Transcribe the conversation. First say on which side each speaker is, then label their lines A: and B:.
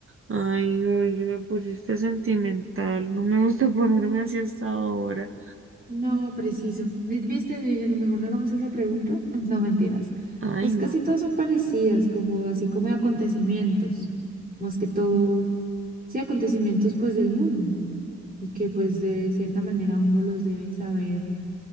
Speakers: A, on the right; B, on the right.
A: Ay, hoy me pusiste sentimental, no me gusta <laughs> ponerme así hasta ahora.
B: no, preciso. Vi- Viste, yo dije, no, mejor no hagamos esa pregunta. <laughs> No, mentiras.
A: Ay,
B: Pues
A: no,
B: casi
A: ta-
B: todas son parecidas, como así como acontecimientos. Más que todo sí, acontecimientos pues del mundo y que pues de cierta manera uno los debe saber